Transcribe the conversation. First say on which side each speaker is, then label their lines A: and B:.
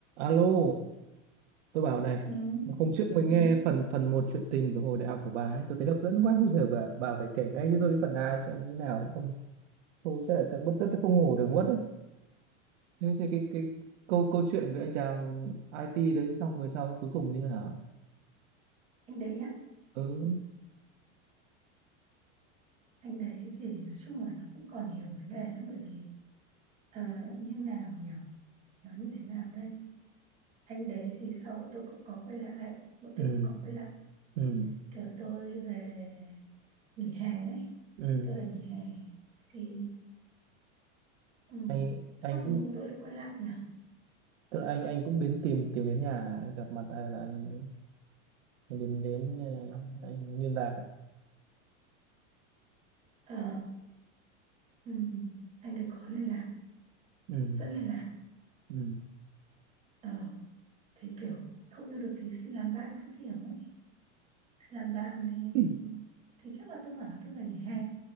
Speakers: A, on the right; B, on the right.
A: Alo, tôi bảo này,
B: ừ,
A: hôm trước mới nghe
B: ừ.
A: phần phần một chuyện tình của hồi đại học của bà ấy, tôi thấy hấp dẫn quá, bây giờ bà bà phải kể ngay
B: <laughs>
A: cho tôi cái phần hai xem nó như nào, không tôi sẽ là tự bứt rứt tôi không ngủ được mất đấy. Thế thì cái cái câu câu chuyện về anh chàng IT đấy xong rồi sau cuối cùng như thế nào?
B: anh đấy á
A: Ừ,
B: anh đấy thì nói chung là nó cũng còn nhiều vấn đề lắm bởi vì à, như nào nhở nó như thế nào đây anh đấy thì sau bọn tôi cũng có quay lại bọn tôi
A: ừ,
B: cũng có quay lại
A: ừ,
B: kiểu tôi về nghỉ hè ấy
A: ừ.
B: tôi về nghỉ hè thì ừ,
A: Anh
B: sao
A: anh
B: tự
A: cũng
B: nhiên bọn tôi lại quay lại nhở
A: tức là anh anh cũng đến tìm tìm đến nhà anh gặp mặt hay là anh, anh đến đến ờ, anh liên lạc à?
B: Ờ, ừ, anh đấy có liên lạc
A: Ừ,
B: vẫn liên lạc
A: ừ,
B: Ờ, thì kiểu không yêu được thì xin làm bạn các kiểu ấy làm bạn thì
A: <laughs>
B: thì chắc là tôi bảo là tôi về nghỉ hè